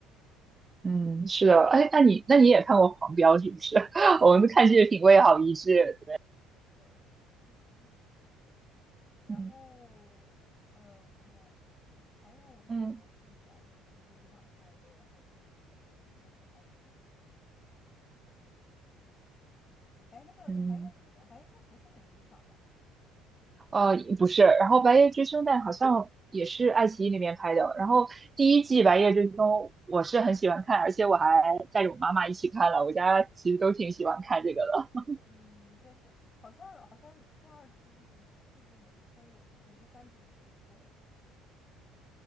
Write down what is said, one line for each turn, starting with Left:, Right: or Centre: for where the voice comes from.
Right: 嗯，是的，哎，那你那你也看过《黄标》是不是？<laughs>
Left: 啊，
Right: 我们看剧的品味好一致。
Left: 是的，是的，对，嗯，然后呃，
Right: 嗯
Left: 我想想，还有什么剧来着？
Right: 嗯，
Left: 是迷雾剧场拍的，还挺，就是还挺。哎，那个那个白夜追凶，
Right: 嗯，
Left: 白夜追凶不是名古剧场吧？
Right: 哦，不是，然后《白夜追凶》但好像也是爱奇艺那边拍的。然后第一季《白夜追凶》我是很喜欢看，而且我还带着我妈妈一起看了。我家其实都挺喜欢看这个的。
Left: 嗯，但是好像好像第二季一直一直没出，我记得还是第三季一直没出来着。